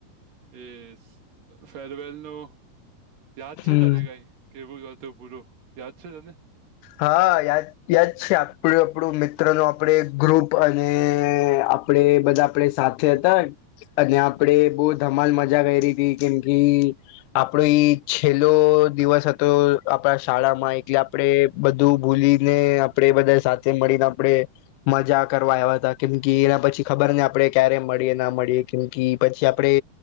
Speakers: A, on the right; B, on the left.
A: એસ ફેરવેલ નો યાદ છે
B: હમ
A: તને કાઈ? કેવું હતુ પૂરો, યાદ છે તને?
B: હા યાદ યાદ છે, આપડું આપણું મિત્ર નુ આપડે ગ્રુપ, અને આપ પડે બધા આપડે સાથે હતા, અને આપડે બહુ ધમાલ મ જા રેરીથી કેમકી આપણો ઈ છેલ્લો દિવસ હતો, આપડા શાળામાં, એટલે આપડે બધું ભૂલીને આપડે બધા સાથે મળીને આપડે મજા કરવા આવ્યા હતા, કેમકી એના પછી ખબર નહી આપડે ક્યારે મળીએ ના મળીએ, કેમ કી પછી આપડે